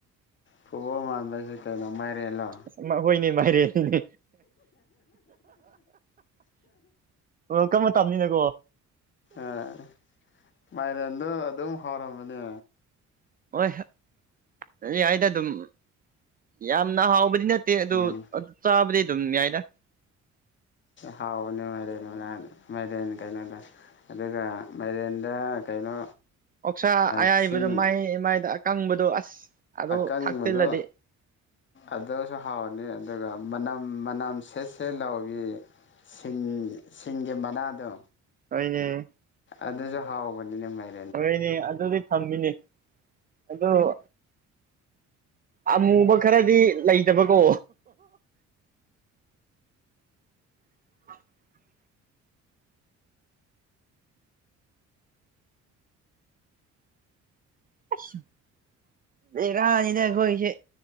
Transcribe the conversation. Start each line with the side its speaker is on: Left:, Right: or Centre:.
Left: ꯐꯨꯠꯕꯣꯜ ꯃꯥꯟꯕ ꯍꯥꯏꯁꯦ ꯀꯩꯅꯣ ꯃꯥꯏꯔꯦꯜꯂꯣ
Right: ꯑꯁ ꯃꯥ ꯍꯣꯏꯅꯦ ꯃꯥꯥꯏꯔꯦꯟꯅꯤꯅꯦ ꯋꯥꯜ ꯀꯞ ꯃꯇꯝꯅꯤꯅꯀꯣ
Left: ꯑꯦ ꯃꯥꯏꯔꯦꯟꯗꯣ ꯑꯗꯨꯝ ꯍꯥꯎꯔꯝꯕꯅꯦ
Right: ꯍꯣꯏ ꯌꯥꯏꯗ ꯑꯗꯨꯝ ꯌꯥꯝꯅ ꯍꯥꯎꯕꯗꯤ ꯅꯠꯇꯦ ꯑꯗꯨ
Left: ꯎꯝ
Right: ꯑꯗ ꯆꯥꯕꯗꯤ ꯑꯗꯨꯝ ꯌꯥꯏꯗ
Left: ꯍꯥꯎꯕꯅꯦ ꯃꯥꯏꯔꯦꯟ ꯃꯅꯥ ꯃꯥꯏꯔꯦꯟ ꯀꯩꯅꯣꯗꯣ ꯑꯗꯨꯒ ꯃꯥꯏꯔꯦꯟꯗ ꯀꯩꯅꯣ
Right: ꯑꯣꯛꯁꯥ ꯑꯌꯥꯏꯕꯗꯨ
Left: ꯁꯤꯡ
Right: ꯃꯩ ꯃꯩꯗ ꯑꯀꯪꯕꯗꯣ ꯑꯁ ꯑꯗꯨ
Left: ꯑꯀꯪꯕꯗꯣ
Right: ꯊꯥꯛꯆꯤꯜꯂꯗꯤ
Left: ꯑꯗꯨꯁꯨ ꯍꯥꯎꯕꯅꯤ ꯑꯗꯨꯒ ꯃꯅꯝ ꯃꯅꯝ ꯁꯦꯠ ꯁꯦꯠ ꯂꯥꯎꯕꯤ ꯁꯤꯡ ꯁꯤꯡꯒꯤ ꯃꯅꯥꯗꯣ
Right: ꯍꯣꯏꯅꯦ
Left: ꯑꯗꯨꯁꯨ ꯍꯥꯎꯕꯅꯤꯅꯦ ꯃꯥꯏ
Right: ꯍꯣꯏꯅꯦ ꯑꯗꯨꯗꯤ ꯊꯝꯃꯤꯅꯦ ꯑꯗꯨꯕꯨ ꯑꯃꯨꯕ ꯈꯔꯗꯤ ꯂꯩꯇꯕꯀꯣ <inaudible> <unintelligible> ꯕꯦꯔꯥꯅꯤꯗ ꯑꯩꯈꯣꯏꯒꯤꯁꯦ